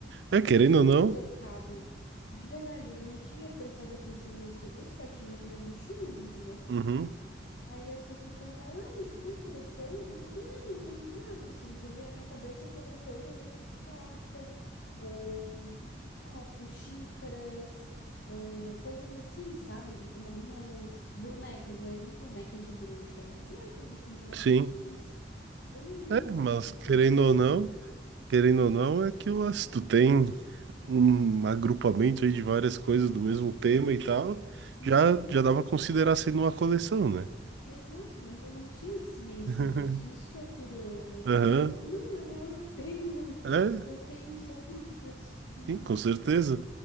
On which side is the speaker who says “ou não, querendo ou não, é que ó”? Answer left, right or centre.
Right